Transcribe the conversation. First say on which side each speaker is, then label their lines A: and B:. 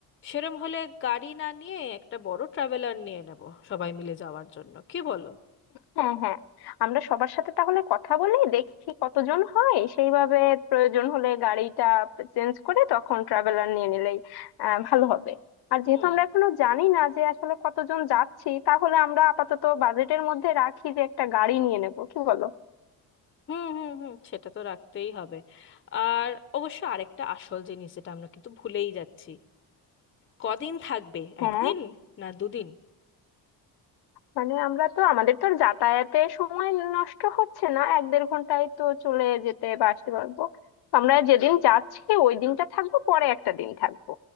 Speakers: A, on the left; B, on the left.
A: সেরম হলে গাড়ি না নিয়ে একটা বড় ট্রাভেলার নিয়ে নেব সবাই মিলে যাওয়ার জন্য কি বলো
B: হ্যাঁ হ্যাঁ আমরা সবার সাথে তাহলে কথা বলে দেখি কতজন হয় সেইভাবে প্রয়োজন হলে গাড়িটা চেঞ্জ করে তখন ট্রাভেলার নিয়ে নিলেই আহ, ভালো হবে আর যেহেতু
A: হুম
B: আমরা এখনো জানি না যে আসলে কতজন যাচ্ছি তাহলে আমরা আপাতত বাজেটের মধ্যে রাখি যে একটা গাড়ি নিয়ে নেব কি বলো
A: হুম হুম হুম সেটা তো রাখতেই হবে আর অবশ্য আরেকটা আসল জিনিস যেটা আমরা কিন্তু ভুলেই যাচ্ছি কদিন থাকবে
B: হ্যাঁ
A: একদিন না দুদিন
B: মানে আমরা তো আমাদের তো আর যাতায়াতে সময় নষ্ট হচ্ছে না এক দেড় ঘন্টায় তো চলে যেতে বা আসতে পারবো আমরা যেদিন যাচ্ছি ওই দিনটা থাকবো পরে একটা দিন থাকবো